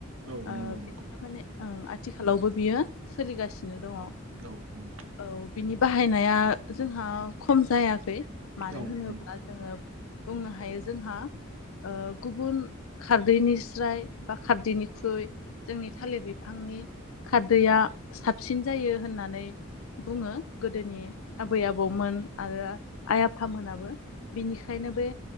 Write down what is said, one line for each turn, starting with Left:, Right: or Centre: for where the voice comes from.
Right: औ
Left: ओ
Right: नंगौ नंगौ
Left: बि माने ओ आथिखालावबो बियो सोलिगासिनो दङ।
Right: हेलौ नंगौ।
Left: औ बिनि बाहायनाया जोंहा खम जाया खौ मानो
Right: औ
Left: होनोब्ला
Right: नंगौ
Left: जोंङो बुंनो हायो जोंहा ओ गुबुन खारदैनि स्राय बा खारदैनिख्रुइ जोंनि थालिर बिफांनि खारदैया साबसिन जायो होननानै बुंङो गोदोनि आबै आबौमोन आरो आइ आफामोनाबो बिनिखायनो बे